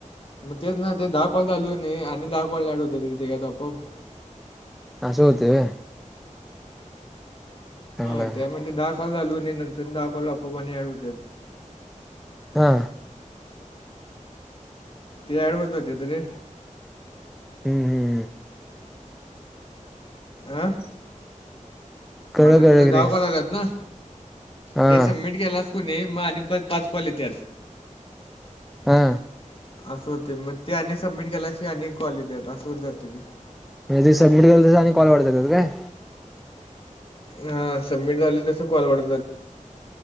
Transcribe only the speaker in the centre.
हां सो होतेय चांगलं
आहे
मग
हा
हम् हम
कळलं
कळलं
की
रे
हां
हा
म्ह ते सबमिट करलस आणि कॉलढत काय